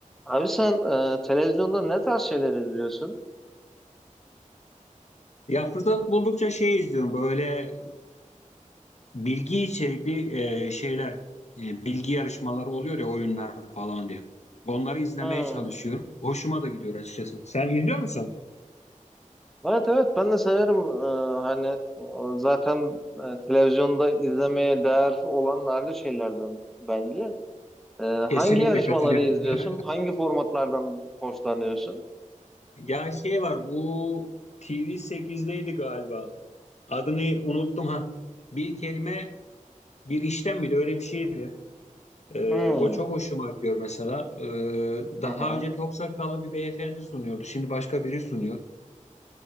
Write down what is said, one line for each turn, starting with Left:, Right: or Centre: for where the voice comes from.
Centre: Abi sen e, televizyonda ne tarz şeyler izliyorsun?
Left: Ya fırsat buldukça şey izliyorum böyle bilgi içerikli e, şeyler e, bilgi yarışmaları oluyor ya oyunlar falan diye. Onları izlemeye
Centre: Hmm.
Left: çalışıyorum. Hoşuma da gidiyor açıkçası. Sen izliyor musun?
Centre: Evet evet ben de severim. E, hani e, zaten e, televizyonda izlemeye değer olan nadir şeylerden bence. E,
Left: Kesinlikle
Centre: hangi yarışmaları
Left: katılıyorum.
Centre: izliyorsun?
Left: <laughs>
Centre: Hangi formatlardan hoşlanıyorsun?
Left: Ya şey var bu TV8'deydi galiba. Adını unuttum ha. Bir kelime bir işlem miydi öyle bir şeydi. Ee,
Centre: Hmm.
Left: o çok hoşuma gidiyor mesela. Ee, daha
Centre: Hı hı.
Left: önce Topsakallı bir beyefendi sunuyordu. Şimdi başka biri sunuyor.